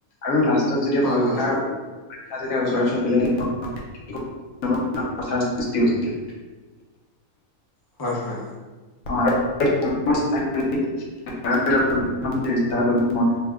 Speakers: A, on the left; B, on the left.
A: আৰু লাষ্টত যেতিয়া
B: হয়
A: পৰীক্ষাৰ
B: হয়
A: যেতিয়া ওচৰ চাপিলে, <unintelligible> সৃষ্টি হৈ আছিল
B: হয় হয়।
A: হৈছিলে <unintelligible> সেই